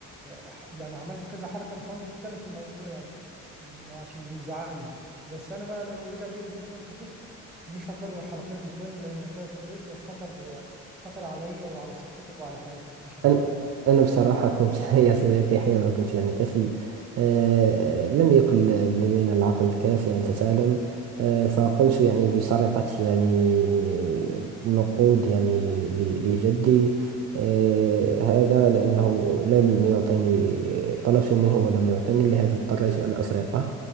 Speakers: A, in the centre; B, on the right (about 50°).
A: ح- يعني عملت كذا حركه مش عاوز اتكلم في الموضوع يعني م- عشان بيزعلني بس انا بقى لو رجع بيا الزمن كطفل مش هكرر الحركات دي تاني لانها كانت تر- خطر خطر عليا وعلى صحتي وعلى حياتي مش هكررها
B: أنا
A: تاني
B: أنا بصراحة كنت <laughs> يا صديقي حينما كنت يعني طفل آه، آه، لم يكن لدينا العقل الكافي أن تعلم آه، فقمت يعني بسرقة يعني نقود يعني ل- لجدي آه، هذا لأنه لم يعطيني طلبت منه ولم يعطيني لهذا اضطريت أن أسرقه